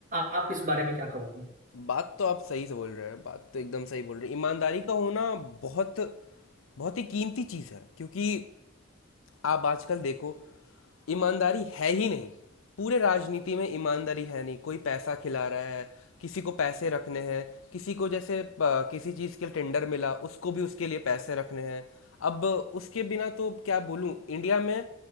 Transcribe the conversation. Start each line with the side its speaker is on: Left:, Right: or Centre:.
Right: आप इस बारे में क्या कहोगे
Left: बात तो आप सही से बोल रहे हैं बात तो एकदम सही बोल रहे हैं ईमानदारी का होना बहुत बहुत ही कीमती चीज़ है क्योंकि आप आजकल देखो ईमानदारी है ही नहीं पूरे राजनीति में ईमानदारी है नहीं कोई पैसा खिला रहा है किसी को पैसे रखने हैं किसी को जैसे अ, किसी चीज़ के लिए टेंडर मिला उसको भी उसके लिए पैसे रखने हैं अब उसके बिना तो क्या बोलूँ इंडिया में